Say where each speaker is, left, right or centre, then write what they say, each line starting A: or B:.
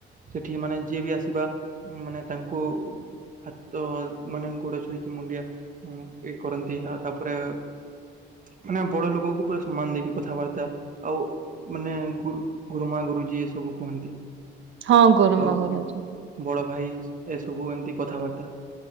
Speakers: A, on the right; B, on the right.
A: ସେଠି ମାନେ ଯିଏ ବି ଆସିବା ମାନେ ତାଙ୍କୁ ହାତ ମାନେ ଗୋଡ ଛୁଇଁକି ମୁଣ୍ଡିଆ ଇଏ କରନ୍ତି, ଆଉ ତାପରେ ମାନେ ବଡ ଲୋକକୁ ପୁରା ସମାନ ଦେଇକି କଥାବାର୍ତ୍ତା ଆଉ ମାନେ ଗୁରୁମା, ଗୁରୁଜୀ ଏ ସବୁ କୁହନ୍ତି ।
B: ହଁ ଗୋରୁମାହୁଲ
A: ଆଉ
B: ଅଛି।
A: ବଡ ଭାଇ ଏସବୁ ଏମିତି କଥାବାର୍ତ୍ତା